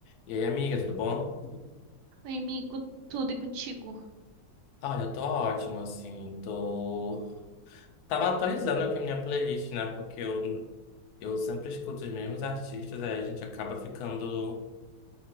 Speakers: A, on the left; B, on the right.
A: E aí, amiga, tudo bom?
B: Oi, amigo, tudo e contigo?
A: Olha, eu tô ótimo, assim, tô... Tava atualizando aqui a minha playlist, né? Porque eu, eu sempre escuto os mesmos artistas, aí a gente acaba ficando,